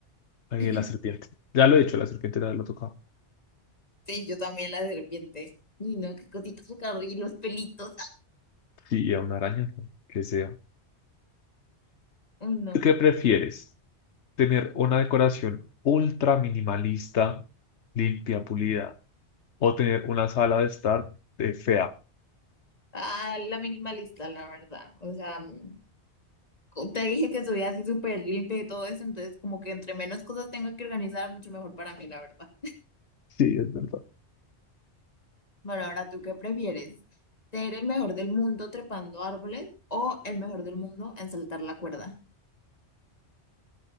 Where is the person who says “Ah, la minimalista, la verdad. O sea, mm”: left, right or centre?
Left